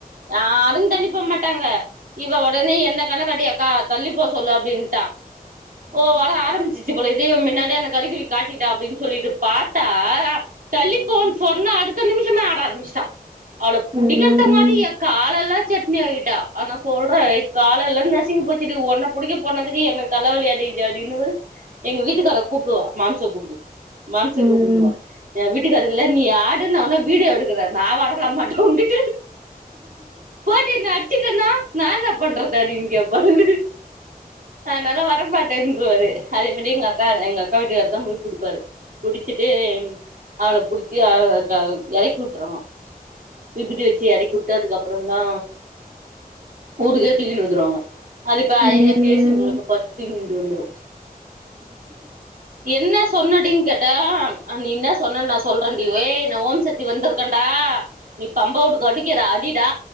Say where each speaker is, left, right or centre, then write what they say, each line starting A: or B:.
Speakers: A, on the right; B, on the right.
A: யாரும் தள்ளிப்போ மாட்டாங்க இவ ஒடனே என்ன கண்ணு காட்டி யக்கா தள்ளி போ சொல்லு அப்டின்னுட்டா ஓ வர ஆரம்பிச்சு போல இதே முன்னாடி‌ அந்த கருகுறிவி காட்டிட்டா அப்‌டின்னு சொல்லிட்டு பாத்தா தள்ளி போ சொன்ன அடுத்த நிமிஷமே ஆட ஆரம்பிச்சுட்டா முடிக்றத்தங்காட்டி
B: ம்
A: கால எல்லா சட்னி ஆக்கிட்டா ஆனா சொல்றே கால லெல்லாம் நசிங்கி போச்சுடி உன்ன பிடிக்க போனதுக்கு எனக் தலவலியாடி இது அப்டின் போது எங்க வீட்டுக்கார மாம்ச கூப்புடு மாம்ஸ
B: ம்
A: கூப்பிடனுவா என் வீட்டுக்காரு இல்ல நீ ஆடு நா வேணும்னா வீடியோ எடுக்குறே நான் ல வர மாட்டே நீ பாட்டு அட்ச்சுட்டேன்னா நா என்ன பண்றது அப்டினு கேப்பாரு அத்னால வர மாட்டேன்னுடுவாரு அதே மாதிரி எங்க அக்கா எங்க அக்கா வீட்டுக்கார் தான் போய் குடுப்பாரு குடிச்சிட்டு அவள புடிச்சி அவ இறக்கி வுட்டுரணு தீப்பெட்டி வெச்சு இறக்கிவுட்டு அதுக்கப்புறமா தா வூட்டுக்கே தூக்கினு வந்துருவாங்க அது இப்ப ஐய்யாயா
B: ம் ம்
A: ஏ சி ரூம்ல போய் படுத் தூங்கிண்டு வந்துரு என்ன சொன்னடினு கேட்டா நீ என்னா சொன்னன்னு நா சொல்றேன்டி ஏ நா ஓம் சக்தி வந்திருக்கேண்டா நீ பம்ப வுடுக்கு அடிக்கிற அடிடா